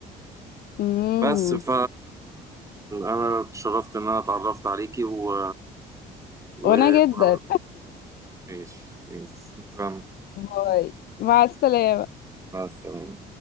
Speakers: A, on the left (about 65°); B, on the right (about 20°).
A: امم
B: بس ف انا اتشرفت ان انا اتعرفت عليكي و و
A: وانا جدا
B: ماشي ماشي شكرا
A: باي مع السلامة
B: مع السلامة